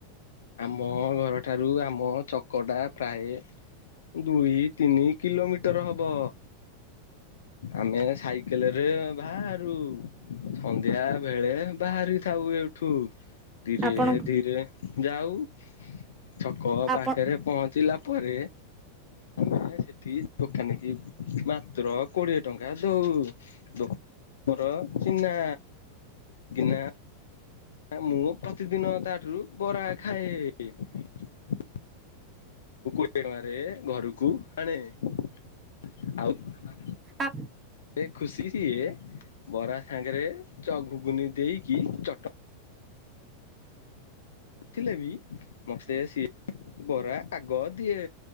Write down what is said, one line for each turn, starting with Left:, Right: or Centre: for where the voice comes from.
Left: ଆମ ଘର ଠାରୁ ଆମ ଛକଟା ପ୍ରାୟେ ଦୁଇ ତିନି କିଲୋମିଟର ହବ। ଆମେ ସାଇକେଲରେ ବାହାରୁ। ସନ୍ଧ୍ୟାବେଳେ ବାହାରି ଥାଉ ଏଇଠୁ, ଧୀରେ
Right: ଆପଣ
Left: ଧୀରେ ଯାଉ, ଛକ
Right: ଆପଣ
Left: ପାଖରେ ପହଞ୍ଚିଲା ପରେ ଆମେ ସେଠି ଦୋକାନୀ କି ମାତ୍ର କୋଡ଼ିଏ ଟଙ୍କା ଦଉ। ଦୋକାନ ମୋର ଚିହ୍ନା। କିନା କାରଣ ମୁଁ ପ୍ରତିଦିନ ତାଠୁରୁ ବରା ଖାଏ, ଆଉ କୋ କୋଡ଼ିଏ ଟଙ୍କାରେ ଘରକୁ ଆଣେ। ଆଉ ମୋର <unintelligible>
Right: ଆ
Left: ସେ ଖୁସି ସିଏ, ବରା ସାଙ୍ଗରେ ଚ ଘୁଘୁନି ଦେଇକି, ଚଟନି ନୀ ଥିଲେ ବି ମତେ ସିଏ ବରା ଆଗ ଦିଏ।